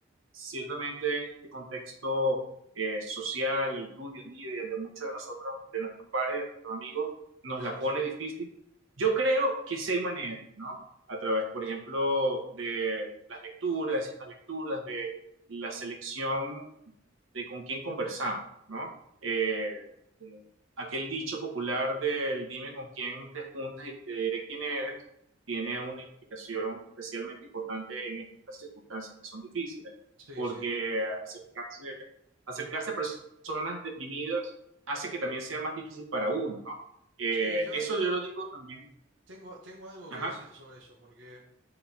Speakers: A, on the right (about 85°); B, on the right (about 65°).
A: ciertamente este contexto eh, social, el tuyo, el mío y el de muchos de nosotros, de nuestros pares, de nuestros amigos, nos
B: sí,
A: la pone difícil yo creo que sí hay maneras, ¿no? A través, por ejemplo, de las lecturas, de ciertas lecturas, de la selección de con quién conversamos, ¿no? Eh, eh, aquel dicho popular del dime con quién te juntas y te diré quién eres, tiene una implicación especialmente importante en estas circunstancias que son difíciles,
B: sí,
A: porque
B: sí.
A: acercarse, acercarse a personas deprimidas hace que también sea más difícil para uno, ¿no? Eh,
B: Sí, yo
A: eso
B: de hecho
A: yo lo digo también
B: tengo, tengo algo
A: Ajá,
B: que decir sobre eso porque